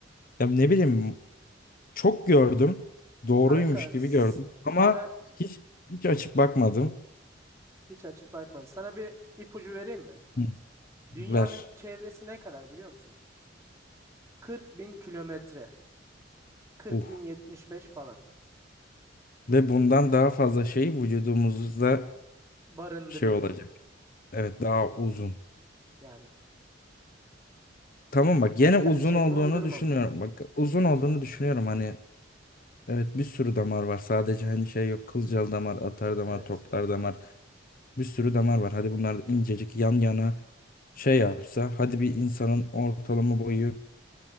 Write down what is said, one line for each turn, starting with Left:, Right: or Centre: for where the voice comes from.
Left: Ya ne bileyim çok gördüm. Doğruymuş
Right: Kanka
Left: gibi
Right: s-
Left: gördüm ama
Right: sana
Left: hiç hiç açıp bakmadım.
Right: hiç açıp bakmadım. Sana bir ipucu vereyim mi?
Left: Hı,
Right: Dünyanın
Left: ver.
Right: çevresi ne kadar biliyor musun? 40 bin kilometre. 40.075
Left: Uh.
Right: falan. Yani
Left: Ve bundan daha fazla şey vücudumuzda
Right: barındırıyormuşuz.
Left: şey olacak. Evet daha uzun.
Right: Yani
Left: Tamam bak gene
Right: gerçek
Left: uzun olduğunu
Right: mi uydurma
Left: düşünüyorum.
Right: mı?
Left: Bak uzun olduğunu düşünüyorum hani evet bir sürü damar var. Sadece hani şey yok kılcal damar, atar damar,
Right: Evet.
Left: toplar damar. Bir sürü damar var. Hadi bunlar da incecik yan yana şey yapsa hadi bir insanın ortalama boyu